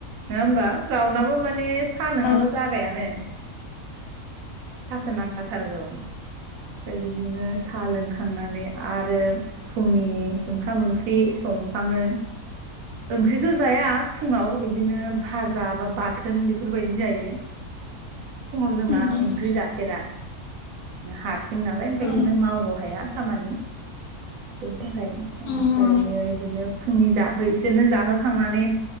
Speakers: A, on the right; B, on the left.
A: नोङा होमबा? रावनाबो माने सा नङाबा
B: औ
A: जागायानो। साखो नांखाथारगौ। फाय बिदिनो साह लोंखांनानै आरो फुंनि ओंखाम ओंख्रि संसाङो। ओंख्रिथ' जाया फुङाव इदिनो भाजा बा बाथोन बेफोरबायदि जायो। फुङाव जोंना
B: उम
A: ओंख्रि जाफेरा। हाथ हारसिं नालाय ओमफाय
B: औ
A: इदिनो मावग हाया खामानि। उम थाखाय
B: औ
A: ओमफ्रायो इदिनो फुंनि जा हो इसोरनो जाहोखांनानै